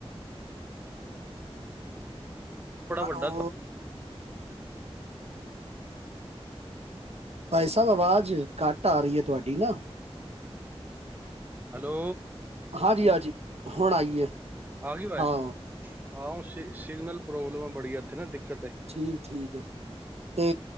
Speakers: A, on the right; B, on the right.
A: ਬੜਾ
B: ਹੈਲੋ
A: ਵੱਡਾ
B: ਭਾਈ ਸਭ ਆਵਾਜ਼ ਘੱਟ ਆ ਰਹੀ ਹੈ ਤੁਹਾਡੀ ਨਾ।
A: ਹੈਲੋ
B: ਹਾਂਜੀ ਹਾਂਜੀ ਹੁਣ ਆਈਏ।
A: ਆ ਗਈ ਵਾਜ਼
B: ਹਾਂ
A: ਹਾਂ ਸਿਗਨਲ ਪ੍ਰੋਬਲਮ ਆ ਬੜੀ ਇੱਥੇ ਨਾ ਦਿੱਕਤ ਹੈ।
B: ਠੀਕ ਠੀਕ ਆ ਤੇ